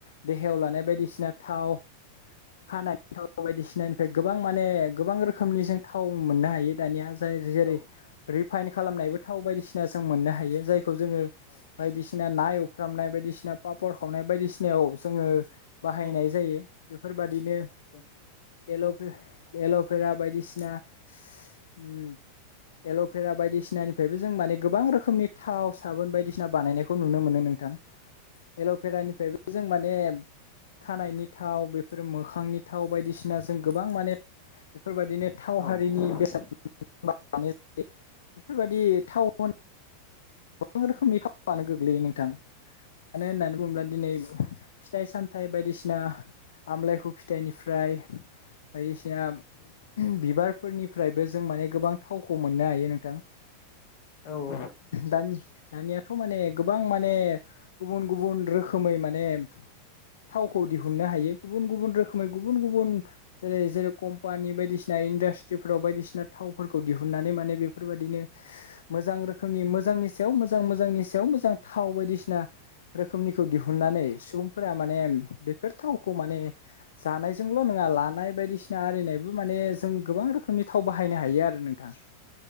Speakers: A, on the left; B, on the left.
A: देहायाव लानाय बायदिसिना थाव
B: औ
A: खानायथ बायदिसिनानिफ्राय गोबां माने गोबां रोखोमनि जों थाव मोननो हायो दानिया जाय जेरै
B: औ
A: रि फाइन खालामनायबो थाव बायदिसिना जों मोननो हायो जाय जोङो
B: औ
A: बायदिसिना ना एव फामनाय बायदिसिना पापर खावनाय बायदिसिनायाव जोङो
B: औ
A: बाहायनाय
B: औ
A: जायो। बेफोरबादिनो
B: नंगौ नंगौ
A: एल' एल'बेरा बायदिसिना उम
B: औ
A: एल'बेरा बायदिसिनानिफ्रायबो जों माने गोबां रोखोमनि थाव साबोन बायदिसिना बानायनायखौ नुनो मोनो नोंथां एल'बेरानिफ्रायबो जों माने खानायनि थाव बेफोरो मोखांनि थाव थाव बायदिसिना जों
B: औ
A: गोबां माने बेफोरबायाददिनो थाव
B: औ नंगौ
A: हारिनि
B: नोंथां
A: बेसाद
B: औ
A: मानि <unintelligible> बेफोरबायदि टाउन गोबां रोखोमनि फावनो गोग्लैयो नोंथां मानो होननानै बुङोब्ला ब दिनै फिथाइ साम फिथाय बायदिसिना आमलायखु फिथाइनिफ्राय बायदिसिना बिबारफोरनिफ्रायबो जों माने गोबां थावखौ मोननो हायो नोंथां
B: औ औ
A: दानि दानियाथ' माने गोबां माने गुबुन गुबुन रोखोमै माने थावखौ दिहुननो हायो गुबुन गुबुन रोखोमै गुबुन गुबुन जेरै जेरै कम्पानि बायदिसिना <unintelligible> इन्डास्ट्रिफोराव बायदिसिना थाव थावफोरखौ दिहुननानै माने बेफोरबायदिनो मोजां रोखोमनि मोजांनि सायाव मोजां मोजांनि सायाव मोजां थाव बायदिसिना रोखोमनिखौ दिहुननानै सुबुंफोरा माने बेफोर थावखौ माने जानायजोंल' नङा लानाय बायदिसिना आरिनायबो माने जों गोबां रोखोमनि थाव बाहायनो हायो आरो। नोंथां